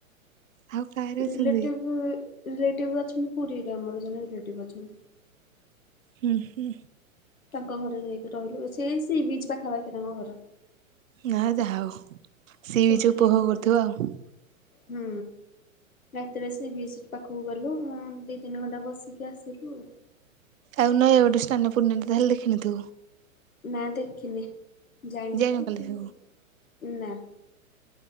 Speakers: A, on the right; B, on the left.
A: ଆଉ କାହାର ଅଛନ୍ତି?
B: ରିଲେଟିଭ୍ ରିଲେଟିଭ ଅଛନ୍ତି ପୁରୀରେ ଆମର ଜଣେ ରିଲେଟିଭ ଅଛନ୍ତି।
A: ହୁଁ ହୁଁ
B: ତାଙ୍କ ଘରେ ଯାଇକି ରହିଲୁ ସେ ସି ବିଚ୍ ପାଖାପାଖି ତାଙ୍କ ଘର
A: ଯାହା ହଉ ସି
B: ସେଇଠି
A: ବିଚ ଉପଭୋଗ
B: ଯାଇକି ରହିଲୁ।
A: କରିଥିବ ଆଉ
B: ହୁଁ। ରାତିରେ ସିବିଚ ପାଖକୁ ଗଲୁ ଦି ତିନି ଘଣ୍ଟା ବସିକି ଆସିଲୁ
A: ଆଉ ନହ ଏଇଠୁ ସ୍ନାନ ପୂର୍ଣିମା <unintelligible> ତାହେଲେ ଦେଖିନିଥିବୁ
B: ନା ଦେଖିନି ଯାଇନି
A: ଯାଇନୁ
B: ତ ଦେଖିବି
A: କାଲି ସବୁ।
B: କଣ ନା